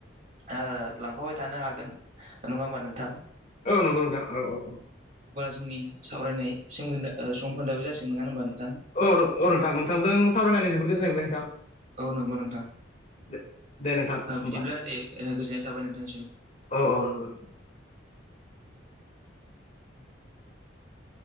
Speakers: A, on the right; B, on the left.
A: ओ लांफाबाय थानो हागोन नङा होमबा नोंथां?
B: औ नंगौ नोंथां औ औ औ।
A: जोंनि सावरायनाय सोमोनदो ओ समोन्दाआबो जासिगोन नङा होनबा नो
B: औ औ नोंथां नोंथांजों सावरायनानै जोबबोद गोजोननाय मोनबाय नोंथां।
A: औ नंगौ नोंथां।
B: दे दे नोंथां
A: ओ
B: होमबा
A: बिदिब्ला दे गोजोननाय थाबाय नोंथांसिम।
B: औ औ नंगौ